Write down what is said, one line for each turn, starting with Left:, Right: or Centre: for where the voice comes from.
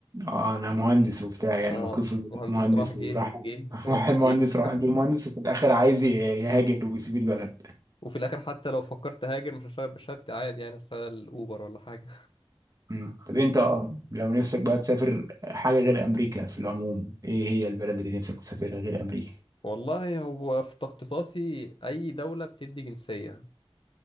Right: اه انا مهندس وبتاع يعني
Left: أه
Right: مكتوب في البطاقه
Left: مهندس
Right: مهندس
Left: راح جه
Right: وراح
Left: وجه
Right: <laughs>
Left: ومش عارف
Right: راح المهندس
Left: إيه
Right: راح عند المهندس وفي الاخر عايز ي- يهاجر ويسيب البلد
Left: وفي الآخر حتى لو فكرت هاجر مش هشتغل بشهادتي عادي يعني هشتغل أوبر ولا حاجة
Right: مم. طب انت اه لو نفسك بقى تسافر حاجه غير امريكا في العموم ايه هي البلد اللي نفسك تسافرها غير امريكا
Left: <laughs> والله هو في تخطيطاتي أي دولة بتدي جنسية